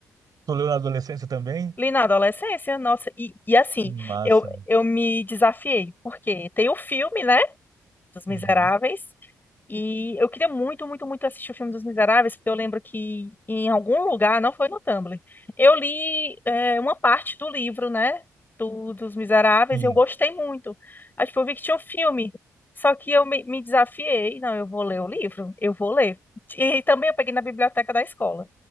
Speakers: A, on the right; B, on the left.
A: Tu leu na adolescência também?
B: Li na adolescência, nossa, e, e assim,
A: Que massa.
B: eu, eu me desafiei, porque tem o filme, né, dos Miseráveis,
A: Uhum.
B: e eu queria muito, muito, muito assistir o filme dos Miseráveis, porque eu lembro que em algum lugar, não foi no Tumblr, eu li é, uma parte do livro, né, do, dos Miseráveis,
A: Sim.
B: e eu gostei muito. Aí, tipo, eu vi que tinha um filme, só que eu me, me desafiei, não, eu vou ler o livro, eu vou ler. E, também eu peguei na biblioteca da escola,